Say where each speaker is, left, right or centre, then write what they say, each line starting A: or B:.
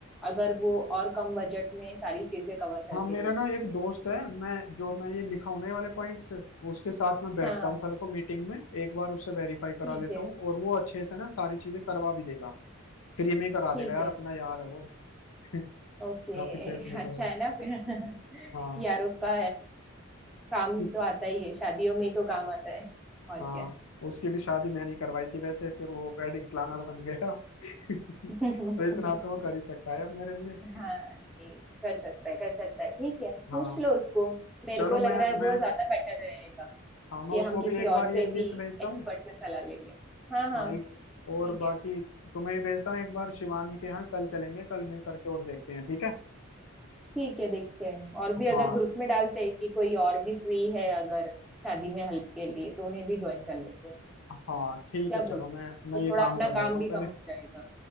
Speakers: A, in the centre; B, on the left.
A: अगर वो और कम बजट में सारी चीजें कवर करके
B: हाँ मेरा
A: दे दे
B: ना एक दोस्त है मैं जो मैंने ये लिखा हूं ना ये वाले पॉइंट्स उसके साथ मैं बैठता
A: हाँ
B: हूँ कल को मीटिंग में एक बार उससे वेरीफाई करा
A: ठीक
B: लेता
A: है
B: हूँ और वो अच्छे से ना सारी चीजें करवा भी देगा फ्री में ही करा
A: ठीक
B: देगा यार
A: है
B: अपना यार है वो <laughs>
A: ओके
B: काफी
A: <laughs>
B: पैसे लग
A: अच्छा
B: जाएगा
A: है ना फिर <laughs>
B: हाँ
A: यारों का काम
B: <laughs>
A: तो आता ही है शादियों में ही तो काम आता है और
B: हाँ
A: क्या
B: उसकी भी शादी मैंने ही करवाई थी वैसे फिर वो वेडिंग प्लानर बन गया <laughs>
A: <laughs>
B: तो इतना तो वो कर ही सकता है अब मेरे लिए
A: हाँ जी कर सकता है कर सकता है ठीक है पूछ
B: हाँ
A: लो उसको मेरे
B: चलो
A: को लग
B: मैं
A: रहा है
B: मैं
A: वो ज्यादा बेटर रहेगा
B: हाँ मैं
A: कि
B: उसको
A: हम किसी
B: भी एक बार
A: और से
B: ये
A: भी
B: लिस्ट भेजता
A: एक्सपर्ट
B: हूँ
A: से सलाह ले लें हाँ हाँ
B: हाँ एक
A: ठीक
B: और बाकी
A: है
B: तुम्हें भी भेजता हूँ एक बार शिवानी के यहाँ कल चलेंगे कल मिल करके और देखते हैं ठीक है
A: ठीक है देखते हैं और भी अगर
B: हाँ
A: ग्रुप में डालते हैं कि कोई और भी फ्री है अगर शादी में हेल्प के लिए तो उन्हें भी ज्वाइन कर लेते हैं
B: हाँ ठीक
A: क्या
B: है
A: बोलते
B: चलो मैं
A: हैं
B: मैं ये
A: तो थोड़ा
B: काम
A: अपना
B: कर
A: काम
B: लेता हूँ
A: भी कम
B: पहले
A: हो जाएगा